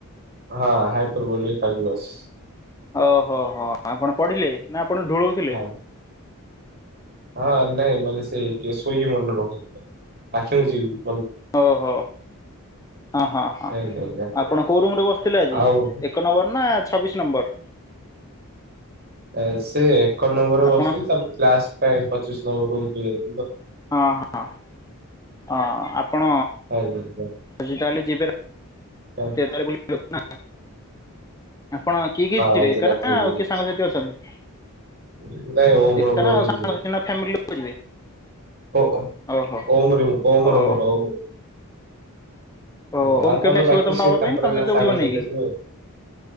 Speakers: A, on the right (about 45°); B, on the left (about 15°).
A: ହଁ ହାଇପୁର ବଲ କାଜ ବସ
B: ଓହୋ, ହୋ, ଆପଣ ପଢିଲେ ନା ଆପଣ ଢୁଳଉଥିଲେ
A: ହଁ ହଁ, ନାଇଁ ମାନେ ସେ ଟିକେ ଶୋଇକି ମନେ ରଖ, ଆଖି ମୁ ଯିବୁ <unintelligible>
B: ଓହୋ ହ ହଁ ହଁ
A: ଆଜ୍ଞା ଆଜ୍ଞା
B: ଆପଣ କୋଉ ରୁମ ରେ ବସିଥିଲେ ଆଜି,
A: ଆଉ
B: ଏକ ନମ୍ବର ନା ଛବିଶ ନମ୍ବର?
A: ଏ, ସେ ଏକ ନମ୍ବରରେ
B: ଆପଣ
A: ବସିଥିଲେ, ତାପରେ କ୍ଲାସ ପାଇଁ ପଚିଶ ନମ୍ବର ରୁମକୁ ଯାଇଥିଲେ।
B: ହଁ ହଁ ହଁ, ଆପଣ
A: ଖାଇବା ପିଇବା।
B: ଆଜି ତାହାଲେ ଯିବ
A: ହଁ
B: ତାର ଗ ଲୋକ ନା <unintelligible> ଆପଣ କିଏ କିଏ ଯିବେ?
A: ଆଜି
B: ଏକ
A: ରାତିରେ
B: ନା ଆଉ
A: ଯିବା।
B: କିଏ ସାଙ୍ଗସାଥି ଅଛନ୍ତି
A: ନାଇଁ, <unintelligible> ହଉ ମୁର
B: ଏକା
A: ମରିଇଯିବ
B: ନା ଆଉ ସାଙ୍ଗସାଥି ନା ଫ୍ୟାମିଲି ଲୋକ ଯିବେ ଓହୋ
A: ଓମରି ମରଙ୍ଗ
B: ଓହୋ
A: ମରମରି ହ
B: ଓ
A: <unintelligible>
B: ଓମ୍
A: ଆଉ
B: କେମିତି
A: ତାପରେ
B: ଆସିବ
A: ବାକି,
B: ତମକୁ ନବା
A: ସେ ତାଙ୍କର
B: ପାଇଁ ତମେ
A: ଯାହା
B: ଯୋଉ
A: ସାଙ୍ଗ
B: ଯିବ ନେଇକି
A: ସାଥି ଥିବ।